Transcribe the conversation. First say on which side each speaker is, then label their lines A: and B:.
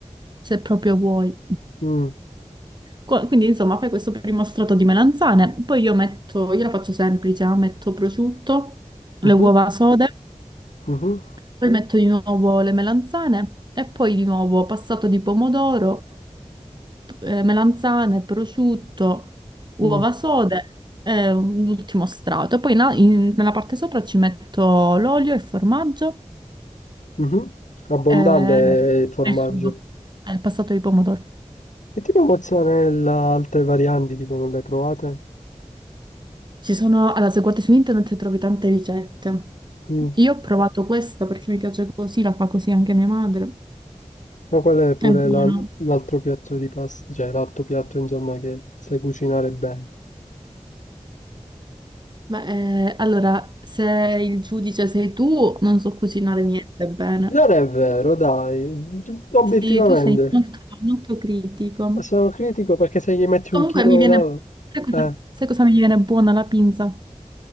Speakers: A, on the right; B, on the left.
A: se proprio vuoi.
B: Mm,
A: Co- Quindi insomma fai questo primo strato di melanzane, poi io metto, io la faccio semplice, eh, metto prosciutto, le
B: mhm,
A: uova sode.
B: mhm,
A: Poi metto di nuovo le melanzane e poi di nuovo passato di pomodoro, eh, melanzane, prosciutto, uova
B: mm,
A: sode e un ultimo strato. E poi na- in- nella parte sopra ci metto l'olio, il formaggio
B: mhm. Abbondante
A: e,
B: il formaggio.
A: e il sugo, e il passato di pomodoro.
B: E tipo mozzarella, altre varianti, tipo non le hai provate?
A: Ci sono, allora, se guardi su internet trovi tante ricette.
B: Mm.
A: Io ho provato questa perché mi piace così, la fa così anche mia madre.
B: Ma quello è pure
A: È buono.
B: la- l'altro piatto di pasta, cioè l'altro piatto insomma che sai cucinare bene.
A: Beh, eh, allora, se il giudice sei tu, non so cucinare niente bene.
B: Non è vero, dai, obiettivamente.
A: Sì, tu sei molto, molto critico.
B: Sono critico perché se gli metti
A: Comunque
B: un chilo
A: mi viene...
B: là-
A: Sai cosa,
B: eh.
A: sai cosa mi viene buona la pinza?